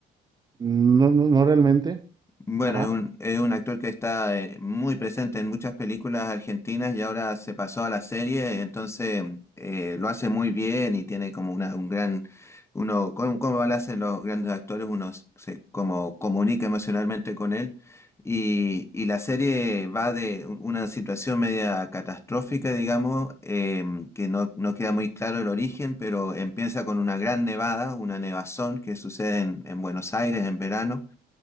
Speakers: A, on the right (about 25°); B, on the left (about 15°).
A: No, no, no realmente.
B: Bueno,
A: Ajá.
B: es un, es un actor que está eh, muy presente en muchas películas argentinas y ahora se pasó a la serie, entonces eh, lo hace muy bien y tiene como una, un gran, uno, como, como lo hacen los grandes actores, uno se como comunica emocionalmente con él y, y la serie va de u- una situación media catastrófica, digamos, em, que no, no queda muy claro el origen, pero empieza con una gran nevada, una nevazón que sucede en en Buenos Aires en verano.